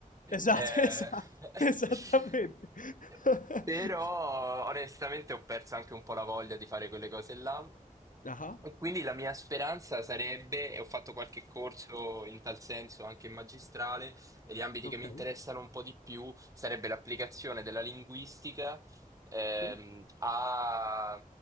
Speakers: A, on the left; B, on the right.
A: Esatto,
B: Eh,
A: <laughs> esa esattamente.
B: <laughs>
A: <laughs>
B: Però onestamente ho perso anche un po' la voglia di fare quelle cose là.
A: Ah-ah,
B: E quindi la mia speranza sarebbe, e ho fatto qualche corso in tal senso anche in magistrale, e gli ambiti
A: okay,
B: che mi interessano un po' di più sarebbe l'applicazione della linguistica ehm,
A: sì,
B: a